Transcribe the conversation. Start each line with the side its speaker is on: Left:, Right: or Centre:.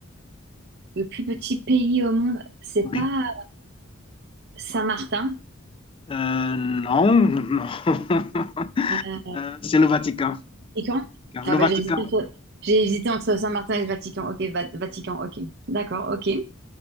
Right: Le plus petit pays au monde, c'est
Left: Oui.
Right: pas Saint-Martin.
Left: Euh, non, <laughs> non. <laughs>
Right: Euh,
Left: Euh, c'est le Vatican.
Right: Vatican?
Left: Car
Right: Ah
Left: le
Right: bah,
Left: Vatican,
Right: j'ai hésité entre, j'ai hésité entre Saint-Martin et le Vatican. Ok, Va- Vatican, ok. D'accord, ok.